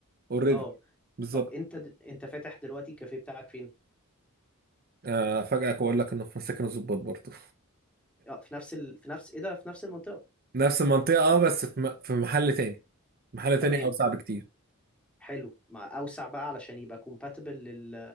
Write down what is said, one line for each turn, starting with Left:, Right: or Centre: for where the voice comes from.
Right: اوريدي
Centre: اه
Right: بالظبط
Centre: طب انت د... انت فاتح دلوقتي الكافيه بتاعك فين
Right: آه، افاجئك واقول لك انه في مساكن الضباط برضه
Centre: اه في نفس ال... في نفس ايه ده في نفس المنطقة
Right: نفس المنطقه اه بس في م- في محل تاني محل
Centre: تمام
Right: تاني اوسع بكتير
Centre: حلو مع اوسع بقى علشان يبقى كومباتبل لل